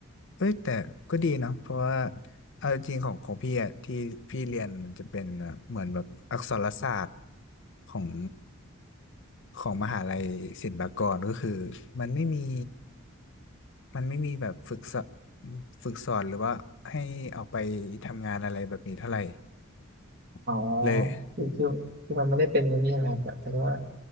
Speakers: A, on the left; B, on the right.
A: เอ้ยแต่ก็ดีเนาะเพราะว่าเอาจริงๆของของพี่อะที่พี่เรียนมันจะเป็นแบบเหมือนแบบอักษรศาสตร์ของของมหาลัยศิลปากรก็คือมันไม่มีมันไม่มีแบบฝึกสอนฝึกสอนหรือว่าให้ออกไปทำงานอะไรแบบนี้เท่าไหร่
B: อ๋อ
A: <laughs> เลย
B: คือคือคือมันไม่ได้เป็นมันนี่ใช่ไหมครับแบบเขาเรียกว่า